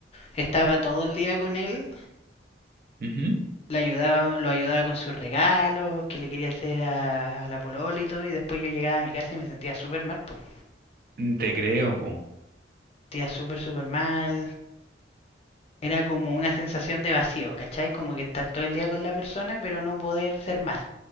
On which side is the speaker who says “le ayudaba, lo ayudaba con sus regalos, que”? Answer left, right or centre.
Left